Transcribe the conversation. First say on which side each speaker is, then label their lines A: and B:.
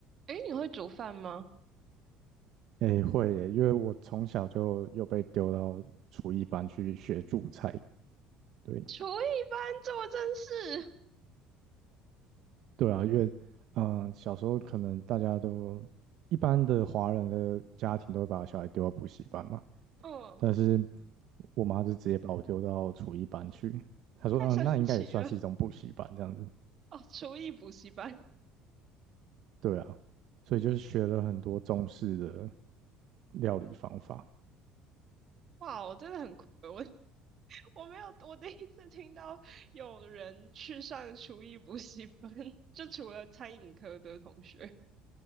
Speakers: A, on the right (about 35°); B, on the right (about 50°).
A: 诶，你会煮饭吗？
B: 诶，会耶，因为我从小就又被丢到厨艺班去学煮菜。对，
A: 厨艺班这么正式，
B: 对啊，因为，嗯、呃小时候可能大家都一般的华人的家庭都会把小孩丢到补习班嘛，
A: 嗯，
B: 但是我妈就直接把我丢到厨艺班去。她说，
A: 太神奇了
B: 嗯、那应该也算是一种补习班这样子。
A: 哦！厨艺补习班，
B: 对啊，所以就是学了很多中式的料理方法。
A: 哇，我真的很亏，我我没有，我第一次听到有人去上厨艺补习班，<laughs> 就除了餐饮科的同学，